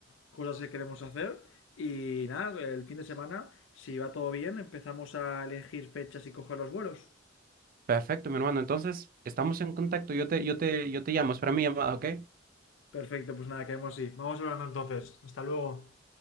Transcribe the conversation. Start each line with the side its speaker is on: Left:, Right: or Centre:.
Left: cosas que queremos hacer y nada, el fin de semana, si va todo bien, empezamos a elegir fechas y coger los vuelos.
Right: Perfecto, mi hermano. Entonces, estamos en contacto. Yo te, yo te, yo te llamo, espera mi llamada, ¿ok?
Left: Perfecto, pues nada, quedamos así. Vamos hablando entonces. Hasta luego.